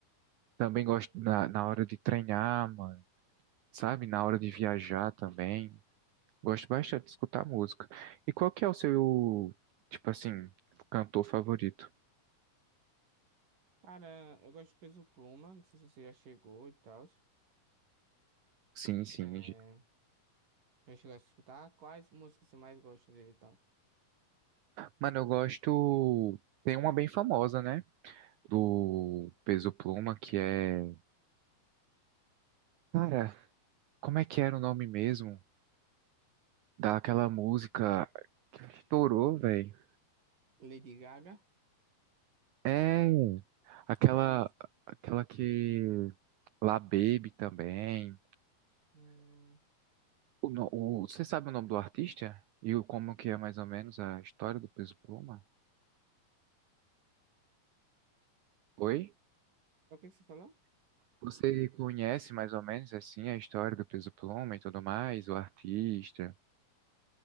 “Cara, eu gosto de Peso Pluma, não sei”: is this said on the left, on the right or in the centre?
Right